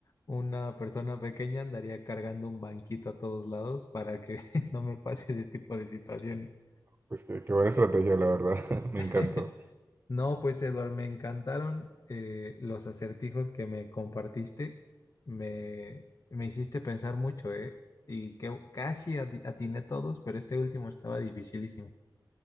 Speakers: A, on the left; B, on the right.
A: una persona pequeña, andaría cargando un banquito a todos lados para que <laughs> no me pase ese tipo de situaciones.
B: Pues qué, qué buena estrategia, la verdad. <laughs> Me encantó.
A: <laughs> No, pues Eduard, me encantaron eh, los acertijos que me compartiste. Me, me hiciste pensar mucho, ¿eh? Y que casi ati- atiné todos, pero este último estaba dificilísimo.